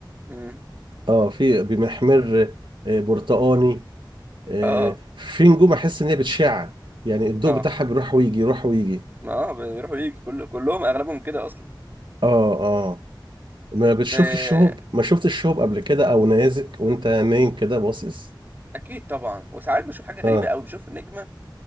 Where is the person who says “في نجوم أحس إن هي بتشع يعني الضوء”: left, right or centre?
Right